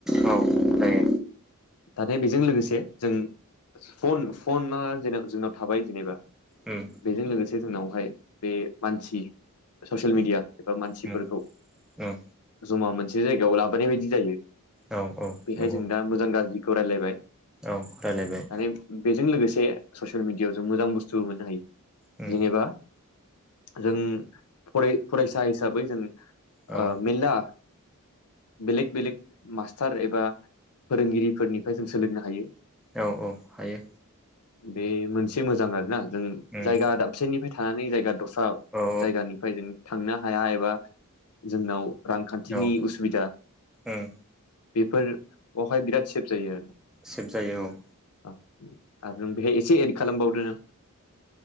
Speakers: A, in the centre; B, on the left.
A: औ जायो
B: नाथाय बेजों लोगोसे जों फन फना जे जोंनाव थाबाय जेनेबा
A: उम
B: बेजों लोगोसे जोंनावहाय बे मानसि ससियेल मिडिया एबा मानसिफोरखौ
A: उम उम
B: जमा मोनसे जायगायाव लाबोनाय बायदि जायो
A: औ औ
B: बेहाय
A: नंगौ
B: जों दा मोजां गाज्रिखौ रायलायबाय
A: औ रायलायबाय
B: माने बे बेजों लोगोसे ससियेल मिडिआव जों मोजां बुस्थुबो मोननो हायो
A: उम
B: जेनेबा जों फराय फरायसा हिसाबै जों ओ
A: औ
B: मेलला बेलेग बेलेग मास्टार एबा फोरोंगिरिफोरनिफ्राय जों सोलोंनो हायो
A: औ औ हायो
B: बे मोनसे मोजां आरो ना जों
A: उम
B: जायगा दाबसेनिफ्राय थाजागोन <inaudible> दस्रा
A: औ
B: जायगानिफ्राय जों थांनो हाया एबा जोंनाव रांखान्थिनि
A: औ
B: उसुबिदा
A: उम
B: बेफोर बहाय बिराद सेब जायो
A: सेभ जायो औ
B: आरो ओ आरो नों बेहाय एसे एड खालामबाव <unintelligible>